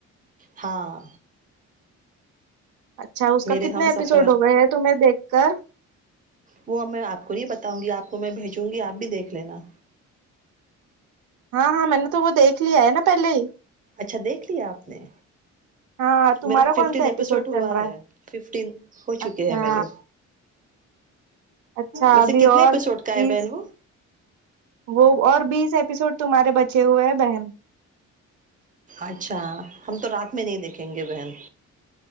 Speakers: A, on the right; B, on the right.
A: ہاں
B: اچھا اس
A: میرے
B: کا کتنے
A: ہم
B: ایپیسوڈ
A: سفر
B: ہو گئے ہے تمہیں دیکھ گ
A: وہ میں آپ کو نہیں بتاؤں گی آپ کو میں بھیجوں گی آپ بھی دیکھ لینا
B: ہاں ہاں میں نے تو وہ دیکھ لیا ہے نا پہلے ہی
A: اچھا دیکھ لیا آپ نے
B: ہاں تمہارا
A: میرا ففٹین
B: کون سا ایپیسوڈ
A: ہوا
B: چل رہا ہے
A: ففٹین ہو چکے
B: اچھا
A: ہیں میرے
B: اچھا
A: ویسے
B: ابھی
A: کتنے
B: اور
A: ایپیسوڈ کا
B: بیس
A: ہے بہن وہ
B: وہ اور بیس ایسوڈ تمہارے بچے ہوئے ہیں بہن
A: اچھا ہم تو رات میں نہیں دیکھیں گے بہن